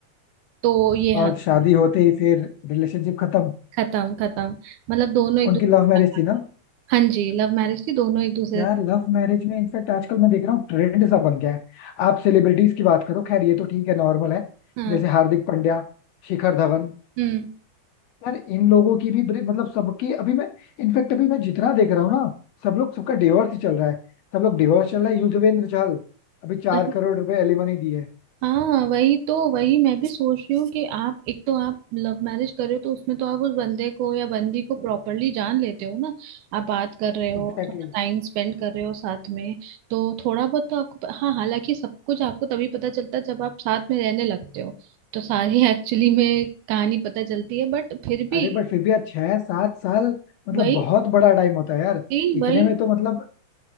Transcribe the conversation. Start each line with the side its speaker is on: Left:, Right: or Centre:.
Right: तो ये
Left: और
Right: हाल
Left: शादी
Right: है।
Left: होते ही फिर रिलेशनशिप खत्म
Right: खत्म खत्म मतलब दोनों एक
Left: उनकी
Right: दूसरे
Left: लव मैरिज
Right: के साथ-
Left: थी ना
Right: हाँ जी लव मैरिज थी दोनों एक दूसरे
Left: यार लव मैरिज में इनफैक्ट आजकल मैं देख रहा हूँ ट्रेंड सा बन गया है आप सेलिब्रिटीज की बात करो खैर ये तो ठीक है नॉर्मल है
Right: हाँ
Left: जैसे हार्दिक पांड्या शिखर धवन
Right: हम्म
Left: यार इन लोगों की भी ब्रे- मतलब सबकी अभी मैं इनफैक्ट अभी मैं जितना देख रहा हूँ ना सब लोग सबका डिवोर्स ही चल रहा है सब लोग डिवोर्स चल रहा है युजवेंद्र चहल अभी चार
Right: वही
Left: करोड़ रुपए एलिमनी दी है
Right: हाँ वही तो वही मैं भी सोच रही हूँ कि आप एक तो आप लव मैरिज कर रहे हो तो उसमें तो आप उस बंदे को या बंदी को प्रॉपरली जान लेते हो ना आप बात कर रहे हो
Left: Exactly
Right: थोड़ा
Left: exactly.
Right: टाइम स्पेंड कर रहे हो साथ में तो थोड़ा बहुत तो आपको प- हाँ हालांकि सब कुछ आपको तभी पता चलता है जब आप साथ में रहने लगते हो तो सारी <laughs> एक्चुअली में कहानी पता चलती है बट फिर भी
Left: अरे बट फिर भी यार छह सात साल मतलब
Right: वही
Left: बहुत बड़ा टाइम होता है यार
Right: वही
Left: इतने
Right: वही
Left: में तो मतलब